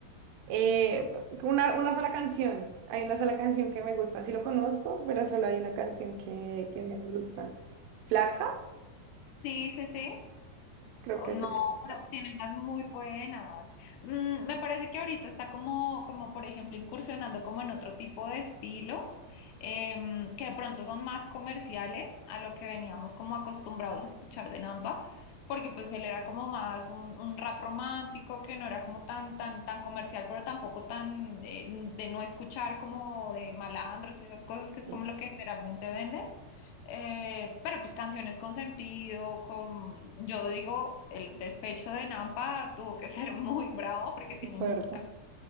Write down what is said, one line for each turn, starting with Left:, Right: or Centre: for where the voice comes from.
Right: Eh, una, una sola canción. Hay una sola canción que me gusta. Sí lo conozco, pero solo hay una canción que, que me gusta. Flaca,
Left: Sí, sí, sí.
Right: creo
Left: Oh,
Right: que
Left: no,
Right: se llama
Left: pero
Right: Flaca.
Left: tiene unas muy buenas. Mm, me parece que ahorita está como, como, por ejemplo, incursionando como en otro tipo de estilos, em, que de pronto son más comerciales a lo que veníamos como acostumbrados a escuchar de Nampa, porque pues él era como más un, un rap romántico que no era como tan, tan, tan comercial, pero tampoco tan eh, de no escuchar como de malandros y esas cosas que es
Right: No
Left: como
Right: me
Left: lo que generalmente venden. Eh, pero pues canciones con sentido, con, yo digo, el despecho de Nampa tuvo que ser <laughs> muy bravo porque tiene
Right: acuerdo.
Left: mu-